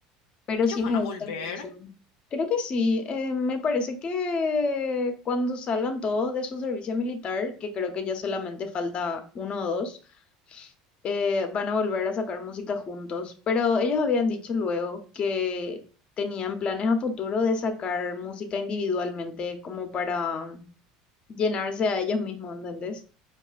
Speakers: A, on the left (about 40°); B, on the left (about 85°).
A: pero
B: Ellos
A: sí
B: van
A: me
B: a
A: gusta
B: volver.
A: mucho. Creo que sí, eh, me parece que cuando salgan todos de su servicio militar, que creo que ya solamente falta uno o dos, eh, van a volver a sacar música juntos, pero ellos habían dicho luego que tenían planes a futuro de sacar música individualmente como para llenarse a ellos mismos, ¿entendés?